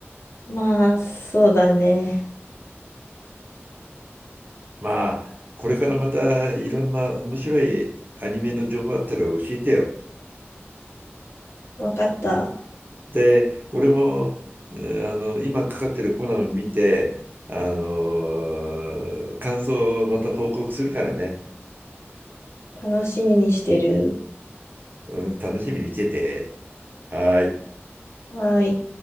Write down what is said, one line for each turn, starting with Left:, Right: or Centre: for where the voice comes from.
Left: まあ、そうだね。
Right: まあ、これからまたいろんな面白いアニメの情報あったら教えてよ。
Left: わかった。
Right: で、俺も、えーあの、今かかってるコナンを見て、あの、感想をまた報告するからね。
Left: 楽しみにしてる。
Right: うん、楽しみにしてて。はーい。
Left: はい。